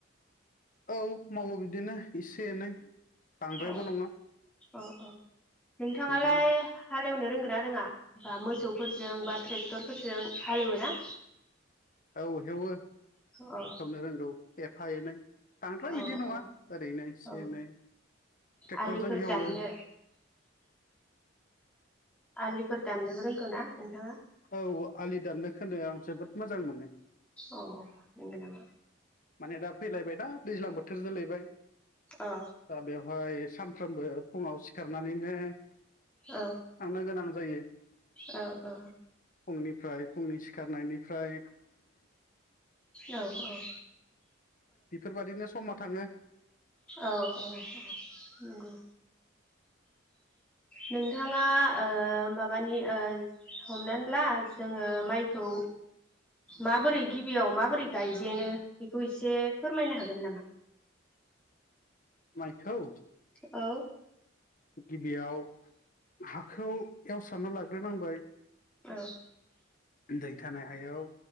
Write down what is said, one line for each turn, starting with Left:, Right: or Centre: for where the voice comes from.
Left: औ मावो बिदिनो एसे एनै बांद्रायबो
Centre: अ
Left: नङा
Centre: अ अ नोंथाङालाय
Left: बिदिनो
Centre: हालेवनो रों रोंङोना रोङा बा मोसौफोरजों बा ट्रेक्टर फोरजों हालेवोना?
Left: औ हेवो
Centre: अ
Left: हेवनो रोंगौ एफा एनै बांद्राय बिदि
Centre: अ
Left: नङा
Centre: अ
Left: ओरैनो एसे
Centre: औ
Left: एनै ट्रेक्टरजों
Centre: आलिफोर
Left: हेवो
Centre: दाननो आलिफोर दाननोबो रोंगौ ना नोंथाङा
Left: औ आलि दाननो खोनो आं जोबोद मोजां मोनो
Centre: अ नोंगौ नामा
Left: माने दा फैलायबायना दैज्लां बोथोर जालाबाय
Centre: अ
Left: दा बेवहाय सानफ्रोमबो फुङाव सिखारनानैनो
Centre: औ
Left: थांनो गोनां जायो
Centre: औ औ
Left: फुंनिफ्राय फुंनि सिखारनायनि ओमफ्राय
Centre: औ औ औ
Left: बेफोरबायादिनो समा थाङो
Centre: औ औ औ नंगौ नोंथाङा ओ माबानि ओ हमनानै ला जोङो माइखौ माबोरै गिबियाव माबोरै गायजेनो खौ एसे फोरमायनो हागोन नामा
Left: माइखौ
Centre: औ
Left: गिबियाव हाखौ एवसारना लाग्रोनांबाय
Centre: औ
Left: दै थानाय हायाव